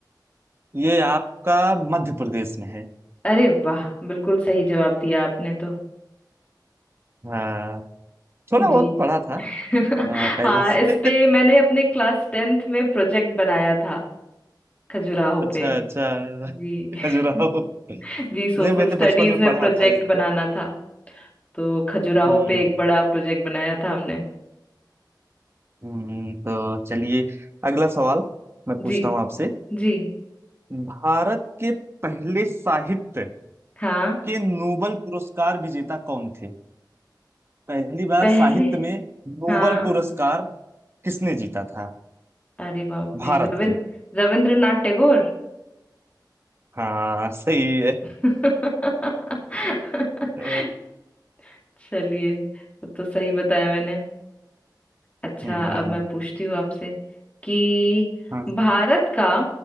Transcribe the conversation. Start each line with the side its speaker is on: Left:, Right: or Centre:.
Right: ये आपका मध्य प्रदेश में है
Left: अरे वाह बिल्कुल सही जवाब दिया आपने तो
Right: हाँ थोड़ा
Left: जी
Right: बहुत पढ़ा था
Left: <laughs>
Right: हाँ, पहले
Left: हाँ
Right: से
Left: इस पे मैंने
Right: <laughs>
Left: अपने क्लास टेंथ में प्रोजेक्ट बनाया था खजुराहो
Right: अच्छा
Left: पे
Right: अच्छा
Left: जी
Right: खजुराहो
Left: <laughs> जी सोशल
Right: नहीं मैंने
Left: स्टडीज
Right: बचपन में
Left: में
Right: पढ़ा
Left: प्रोजेक्ट
Right: था इसको
Left: बनाना था तो खजुराहो
Right: हम्म
Left: पे एक बड़ा प्रोजेक्ट बनाया था हमने
Right: हम्म, तो चलिए अगला सवाल मैं पूछता
Left: जी
Right: हूँ आपसे
Left: जी
Right: भारत के पहले साहित्य
Left: हाँ
Right: के नोबल पुरस्कार विजेता कौन थे पहली बार
Left: पहले
Right: साहित्य में नोबल
Left: हाँ
Right: पुरस्कार किसने जीता था
Left: अरे बाप
Right: भारत
Left: रे रविंद्र
Right: के
Left: रविंद्रनाथ टैगोर
Right: हाँ सही है
Left: <laughs>
Right: अ,
Left: चलिए वो तो सही बताया मैंने अच्छा
Right: हम्म,
Left: अब मैं पूछती हूँ आपसे कि
Right: हाँ
Left: भारत का